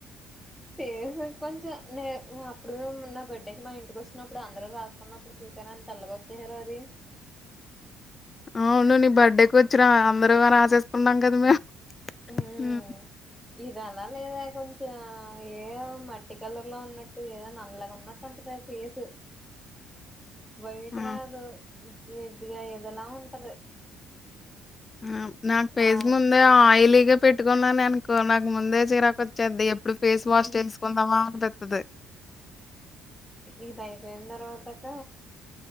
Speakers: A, in the centre; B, on the left (about 30°).
A: ఏస <unintelligible> కొంచ నే అప్పుడు నా బర్త్డేకి మా ఇంటికి వచ్చినప్పుడు అందరు రాసుకున్నప్పుడు చూసానండి తెల్లగా వచ్చేసారు అది
B: అవును నీ బర్త్డేకి వచ్చిర అందరూ రాసేసుకున్నాం కదా మేము
A: మ్మ్
B: హ్మ్.
A: ఇవాళ నిను ర్యాకుం కొంచెం ఏదో మట్టి కలర్ లో ఉన్నట్టు ఏదో నల్లగా ఉన్నట్టు ఉంటాది ఆ ఫేస్ వైట్
B: ఆ!
A: రాదు జిడ్డుగా ఎదలా ఉంటది
B: మ్మ్ నాక్ ఫేస్
A: ఆ
B: ముందే ఆ ఆయిలీగాల్ పెట్టుకున్నాను అనుకో నాకు ముందే చీరాకు వచ్చేద్ది ఎప్పుడు ఫేస్ వాష్
A: ఇది
B: చేసుకుందామా అని ఉంటాది అదే
A: ఇది అయిపోయిన తర్వాత అక్క